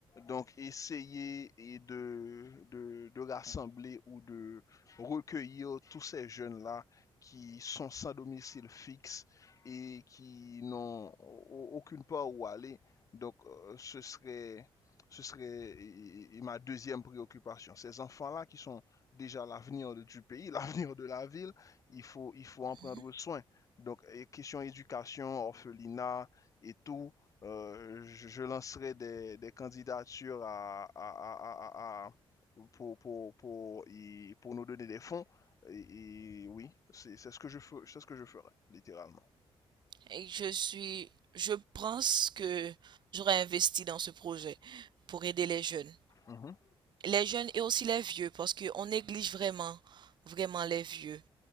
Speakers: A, on the left (about 35°); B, on the right (about 50°).
A: Donc, essayer et de, de, de rassembler ou de recueillir tous ces jeunes-là qui sont sans domicile fixe et qui n'ont aucune part où aller. Donc, euh, ce serait, ce serait eh, eh, ma deuxième préoccupation. Ces enfants-là qui sont déjà l'avenir du pays, <laughs> l'avenir de la ville il faut, il faut en prendre
B: Mhm.
A: soin. Donc, question éducation, orphelinat et tout, euh, je, je lancerai des, des candidatures à, à- à- à- à- pour, pour, pour, pour nous donner des fonds. Et, et oui, c'est c'est ce que je fe- c'est ce que je ferai, littéralement.
B: Et je suis, je pense que j'aurais investi dans ce projet pour aider les jeunes.
A: Mhm.
B: Les jeunes et aussi les vieux, parce que on néglige vraiment, vraiment les vieux.